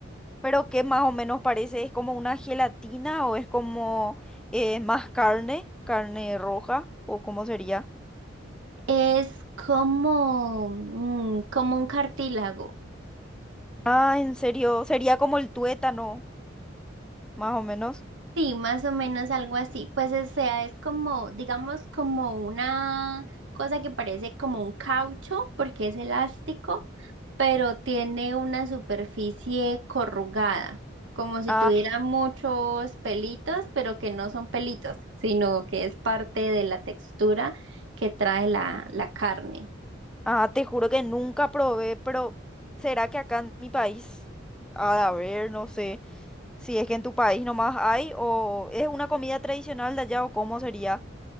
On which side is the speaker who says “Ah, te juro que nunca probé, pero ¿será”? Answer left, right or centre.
Centre